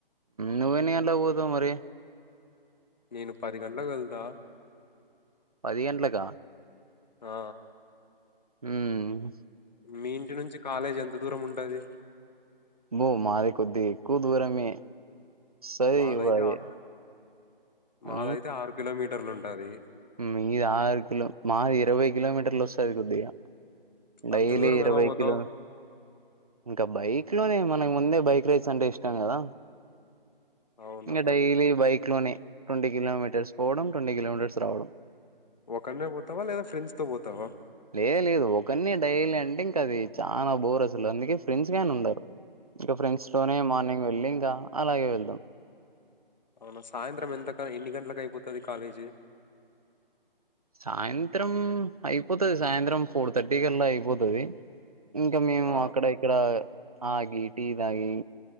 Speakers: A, on the right; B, on the left.
A: నువ్వెన్ని గంటలకి పోతావ్ మరి
B: నేను పది గంటలకు వెళ్తా
A: పది గట్లక
B: ఆ
A: ఉమ్
B: మీ ఇంటి నుంచి కాలేజ్ ఎంత దూరం ఉంటది
A: బో మాది కొద్ది ఎక్కువ దూరగానే సారే
B: మాదైతే
A: మరి
B: ఆ- మాదైతే
A: ఆ
B: ఆరు కిలోమీటర్లు ఉంటాది
A: మీది ఆరు కిలో మాది ఇరవై కిలోమీటర్లు వస్తుంది కొద్దిగా డైలీ
B: అంత దూరం
A: ఇరవై
B: ఎలా పోతావు
A: కిలో ఇంకా బైక్లోనే మనకు ముందే బైక్ రేస్ అంటే ఇష్టం కదా
B: అవునా
A: ఇంకా డైలీ బైక్లోనే ట్వంటీ కిలోమీటర్స్ పోవడం ట్వంటీ కిలోమీటర్స్ రావడం
B: ఒకనేే పోతవా లేదా ఫ్రెండ్స్తో పోతావా
A: లేదు లేదు ఒకన్ని డైలీ అంటే ఇంకా అది చాలా బోర్ అసలు అందుకే ఫ్రెండ్స్ గానే ఉండరు ఇంకా ఫ్రెండ్స్తోనే మార్నింగ్ వెళ్ళదా అలాగే వెళ్దాదుం
B: అవునా సాయంత్రం ఎంతకని ఎన్ని గంటలకు అయిపోతది కాలేజీ
A: సాయంత్రం అయిపోతది సాయంత్రం ఫోర్ థర్టీ కల్లా అయిపోతది ఇంక మేము
B: ఆ
A: అక్కడ ఇక్కడ ఆగి టీ తాగి